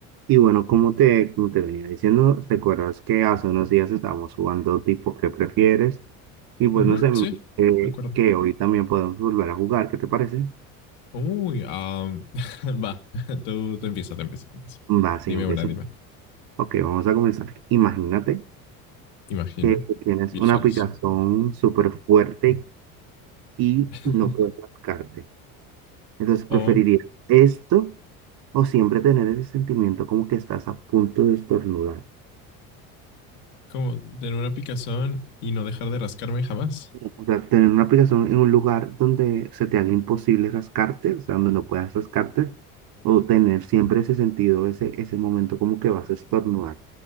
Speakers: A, on the right; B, on the left.
A: Y bueno, como te, como te venía diciendo, recuerdas que hace unos días estábamos jugando tipo ¿qué prefieres? Y pues
B: Ujú,
A: no sé, me
B: sí,
A: parece
B: de acuerdo.
A: que hoy también podemos volver a jugar, ¿qué te parece?
B: Uy, am, <laughs> va, <laughs> tú te empieza, te empieza, te empieza.
A: Va, sí,
B: Dime
A: empiezo.
B: una, dime.
A: Ok, vamos a comenzar. Imagínate
B: Imagina,
A: que tienes
B: visualizo.
A: una picazón súper fuerte y
B: <laughs>
A: no puedes rascarte. Entonces, ¿preferirías
B: O
A: esto o siempre tener ese sentimiento como que estás a punto de estornudar?
B: como tener una picazón y no dejar de rascarme jamás.
A: O sea, tener una aplicación en un lugar donde se te haga imposible rascarte, o sea, donde no puedas rascarte, o tener siempre ese sentido, ese, ese momento como que vas a estornudar.